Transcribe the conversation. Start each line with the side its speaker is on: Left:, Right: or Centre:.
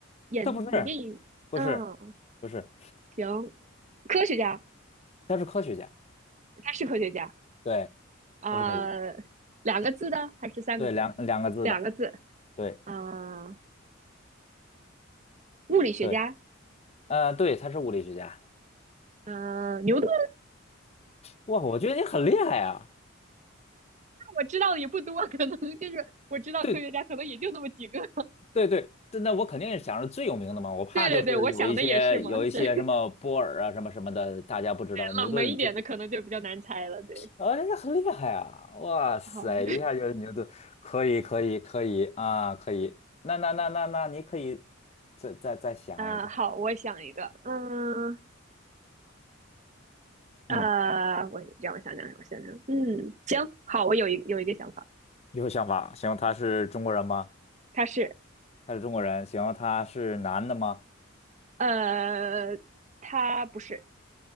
Right: 演演电影，
Left: 他不是不是
Right: 嗯，
Left: 不是，
Right: 行，科学家，
Left: 他是科学家，
Right: 他是科学家
Left: 对，
Right: 啊，
Left: 他是科学家
Right: 两个字的还是三个字？
Left: 对，两两个字的，
Right: 两个字
Left: 对
Right: 啊，物理学家，
Left: 对，呃，对，他是物理学家。
Right: 啊，牛顿
Left: 哇，我觉得你很厉害啊！
Right: 我知道的也不多，可能就是我知道科学家可能也就那么几个。
Left: 对
Right: <laughs>
Left: 对对，对那我肯定是想着最有名的嘛，我怕就是有一些有一些什么波尔啊什么什么的，
Right: 对对对，我想的也是嘛，是
Left: 大家不知道牛顿这。
Right: 冷门一点的可能就比较难猜了。对，
Left: 哦，那很厉害啊！哇塞，
Right: 好，<laughs>
Left: 一下就牛顿，可以，可以，可以啊，可以。那那那那那，你可以再再再想一个。
Right: 啊、好，我想一个，嗯呃，
Left: 嗯，
Right: 我让我想想，让我想想，嗯，行，好，我有一有一个想法，
Left: 有想法。行，他是中国人吗？
Right: 她是
Left: 他是中国人。行，他是男的吗？
Right: 呃，她不是，